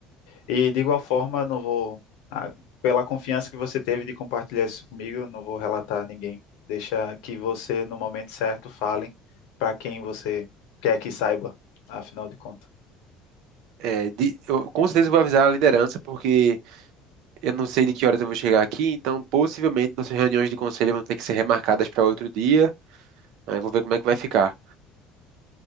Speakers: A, on the left (about 80°); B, on the right (about 70°).
A: E de igual forma, não vou, ah, pela confiança que você teve de compartilhar isso comigo, eu não vou relatar a ninguém. Deixa que você, no momento certo, fale para quem você quer que saiba, afinal de contas.
B: É, de- eu, com certeza eu vou avisar a liderança, porque. Eu não sei de que horas eu vou chegar aqui, então possivelmente nossas reuniões de conselho vão ter que ser remarcadas para outro dia. Aí vou ver como é que vai ficar.